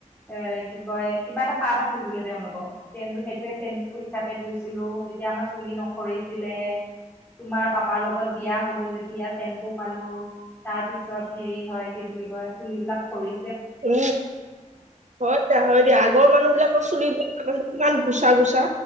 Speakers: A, in the centre; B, on the right.
A: অ' কি কয়, কিবা এটা পাত আছিল বোলে, তেওঁলোক <unintelligible> তেওঁলোক- সেটোৱে শ্বেম্পু হিচাপে ধুইছ ছিলোঁ, তেতিয়া আমাৰ চুলি নসৰিছিলে। তোমাৰ পাপাৰ লগ লগত বিয়া হ'লোঁ যেতিয়া, শ্বেম্পু পালোঁ। তাৰ পিছত হেৰি হয়, কি বুলি কয়, চুলিবিলাক সৰি
B: উম। হয় দিয়া, হয় দিয়া। আগৰ মানুহবিলাকৰ চুলি আগতে কিমান গুচা- গুচা।